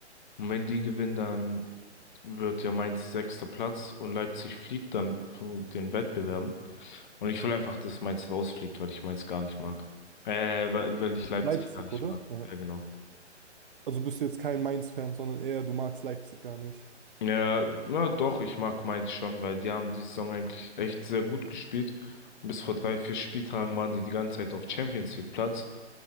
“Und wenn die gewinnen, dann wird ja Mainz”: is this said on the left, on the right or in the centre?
Left